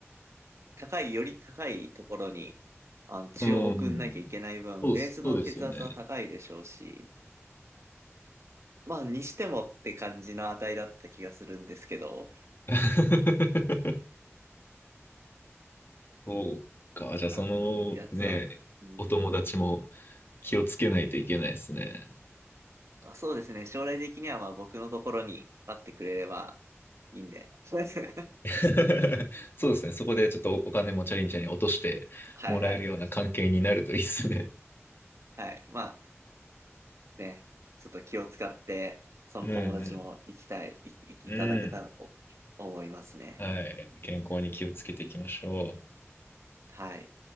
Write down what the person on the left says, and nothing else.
うん。そうっす、
そうですよね。
<laughs> そうか。じゃあ、
そのね、
お友達も気をつけないといけないですね。
<laughs> そうですね。そこでちょっとお金もチャリンチャリン落としてもらえるような関係になるといいですね。
うんうん。
うん。
はい。健康に気をつけていきましょう。